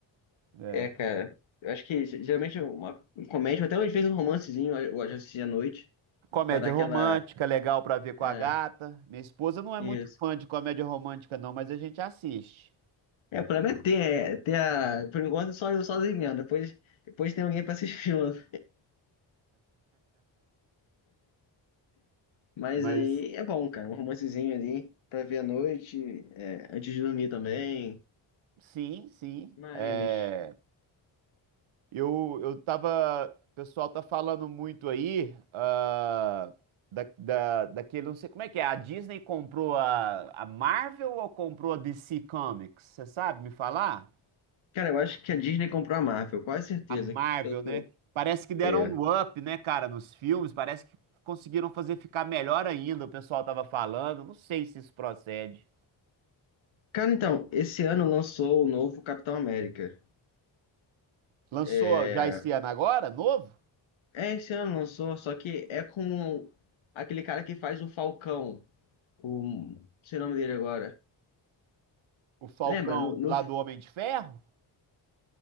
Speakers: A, on the right (about 85°); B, on the left (about 75°).
A: É,
B: É, cara. Eu acho que geralmente uma um comédia, até às vezes um romancezinho, eu gosto de à noite,
A: Comédia
B: pra dar aquela.
A: romântica, legal pra ver com
B: É,
A: a gata. Minha esposa não é
B: isso.
A: muito fã de comédia romântica não, mas a gente assiste.
B: É, o problema é ter, é, ter a. Por enquanto, só sozinho mesmo. Depois, depois tem alguém pra assistir junto. Mas
A: Mas
B: aí é bom, cara, um romancezinho ali pra ver à noite, é, antes de dormir também.
A: Sim, sim.
B: Mas,
A: É, eu, eu tava. O pessoal tá falando muito aí ah, da, da, daquele. Não sei como é que é. A Disney comprou a, a Marvel ou comprou a DC Comics? Você sabe me falar?
B: cara, eu acho que a Disney comprou a Marvel, quase certeza.
A: A Marvel,
B: Eu tô.
A: né? Parece que deram
B: É.
A: um up, né, cara, nos filmes. Parece que conseguiram fazer ficar melhor ainda. O pessoal tava falando. Não sei se isso procede.
B: Cara, então, esse ano lançou o novo Capitão América.
A: Lançou
B: É,
A: já esse ano agora, novo?
B: é esse ano lançou, só que é com aquele cara que faz o Falcão, o, não sei o nome dele agora.
A: O Falcão
B: Lembra? No, no,
A: lá do Homem de Ferro?